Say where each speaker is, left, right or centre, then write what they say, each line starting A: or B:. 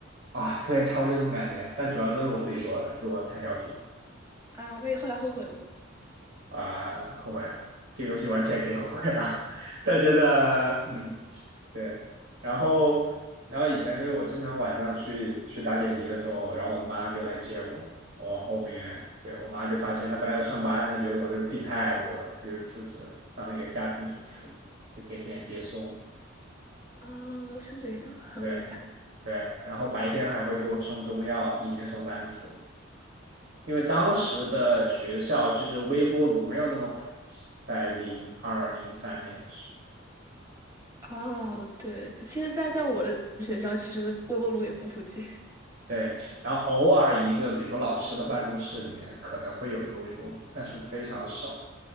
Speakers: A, on the right; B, on the right.
A: 啊，对，差不多就这种感觉，但主要都是我自己做的，就是我太调皮
B: 啊。那你后来后悔了吗？
A: 啊，后悔啊，这个东西完全可以后悔啊，<laughs> 但真的，嗯，对，然后然后以前就是我经常晚上去去打点滴的时候，然后我妈就来接我，我后面对我妈就发现她本来有上班呢，觉得我这病太多了，她就辞职了，当那个家庭主妇，就天天接送，
B: 啊，是这样，很伟大。
A: 对对，然后白天还会给我送中药，一天送三次。因为当时的学校其实微波炉没有那么普及，在零二零三年的时候，
B: 哦，对，其实在，在我的学校，其实微波炉也不普及。
A: 对，然后偶尔一个，比如说老师的办公室里面可能会有一个微波炉，但是非常少。